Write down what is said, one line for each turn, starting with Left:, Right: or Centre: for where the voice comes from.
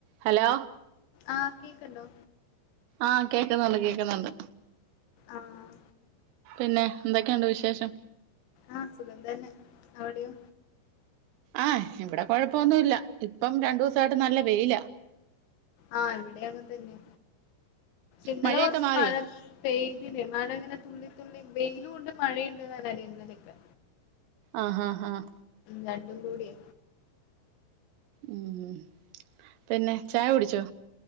Right: ഹലോ
Left: ആഹ് കേക്ക്ണ്ടോ
Right: ആഹ കേക്കുന്നുണ്ട് കേക്കുന്നുണ്ട്
Left: ആഹ്
Right: പിന്നെ എന്തൊക്കെയുണ്ട് വിശേഷം
Left: ആഹ് സുഖം തന്നെ അവിടെയോ
Right: ആഹ് ഇവിടെ കൊഴപ്പൊന്നുമല്ല ഇപ്പം രണ്ടു ദിവസായിട്ട് നല്ല വെയിലാ
Left: ആഹ എവിടെയാണ് തന്നെ ഇന്നലെ
Right: മഴയൊക്കെ
Left: കുറച്ച്
Right: മാറിയോ
Left: മഴ പെയ്ത് മഴ ഇങ്ങനെ തുള്ളിത്തുള്ളി വെയിയിലും കൊണ്ട് മഴയുണ്ട്ന്നാണ് അറിയുന്നലൊക്കെ
Right: ആഹ ആഹ ആഹ
Left: രണ്ടും കൂടിയ
Right: ഉം പിന്നെ ചായ കുടിച്ചോ